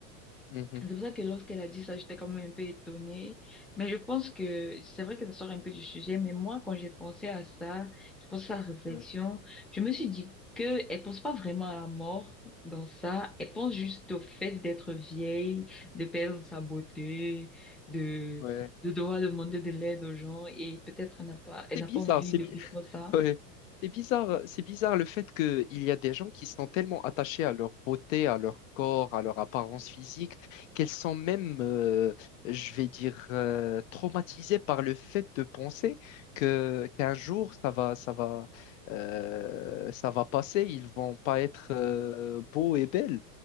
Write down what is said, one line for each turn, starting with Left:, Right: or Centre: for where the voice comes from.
Left: Mhm.
Centre: C'est pour ça que lorsqu'elle a dit ça, j'étais quand même un peu étonnée. Mais je pense que c'est vrai que ça sort un peu du sujet, mais moi, quand j'ai pensé à ça, j'ai pensé à la réflexion,
Left: Ouais.
Centre: je me suis dit que elle pense pas vraiment à la mort dans ça, elle pense juste au fait d'être vieille, de perdre sa beauté, de,
Left: Ouais.
Centre: de devoir demander de l'aide aux gens et peut-être elle n'a pas, elle
Left: C'est
Centre: n'a
Left: bizarre,
Centre: pas envie
Left: c'est
Centre: de
Left: bi-
Centre: vivre ça.
Left: Ouais. C'est bizarre, c'est bizarre le fait qu'il y a des gens qui sont tellement attachés à leur beauté, à leur corps, à leur apparence physique, qu'elles sont même, euh, je vais dire, euh, traumatisées par le fait de penser que qu'un jour ça va, ça va, euh, ça va passer, ils vont pas être euh, beaux et belles.